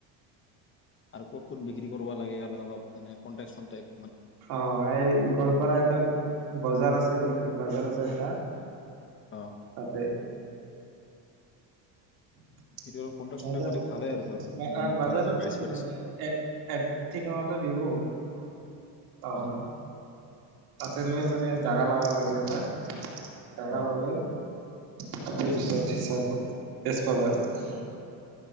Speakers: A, on the left; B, on the right.
A: আৰু ক'ত ক'ত বিক্ৰী কৰিব লাগে অলপ কনটেক চনটেক
B: অ এই গোৱালপাৰা এটা বজাৰ আছে বজাৰ আছে এটা
A: অ
B: তাতে বজাৰ
A: সেইটো কন্টেক
B: বাজাৰত
A: চন্টেক পালি ভালে আৰু ধৰ যেনে
B: ঠিকনা
A: ধৰ বেপাৰী চেপাৰী
B: এটা দিব তহলে
A: হয়
B: তাতে লৈ মানে জাগা লব লাগে এটা জাগা
A: অ
B: ললে <unintelligible>